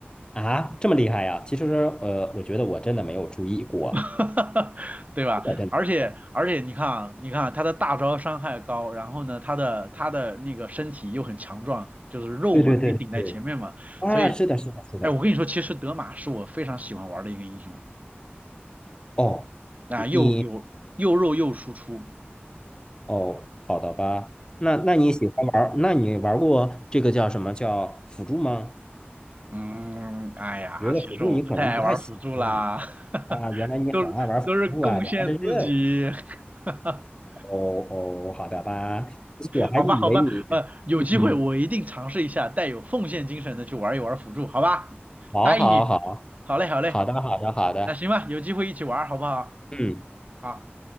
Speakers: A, on the left; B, on the right.
A: 啊，这么厉害呀、其实，呃，我觉得我真的没有注意过，
B: <laughs> 对吧？
A: 真的真的。
B: 而且而且你看啊，你看啊他的大招伤害高，然后呢，他的他的那个身体又很强壮，就是肉嘛，
A: 对对对对，
B: 可以顶在前面嘛，
A: 啊，
B: 所以，
A: 是的，是的，是的。
B: 哎，我跟你说，其实德玛是我非常喜欢玩的一个英雄，
A: 哦，
B: 啊，又有又肉又输出，
A: 你哦，好的吧？那那你喜欢玩儿那你玩过这个叫什么叫辅助吗？
B: 嗯，哎呀，
A: 觉得辅助你可能不太喜欢
B: 其实我不太爱玩辅助啦，<laughs>
A: 啊，原来你很爱玩辅助啊，
B: 都都是贡献自己，
A: 原来是这样，
B: <laughs>
A: 哦哦，好的吧，我还以为你，
B: 好吧，好吧，呃，有机会我一定尝试一下，
A: 嗯，
B: 带有奉献精神的去玩一玩辅助，好吧？
A: 好好好，
B: 答应你。好嘞，好嘞，
A: 好的好的好的，
B: 那行吧，有机会一起玩儿好不好？
A: 嗯，
B: 好，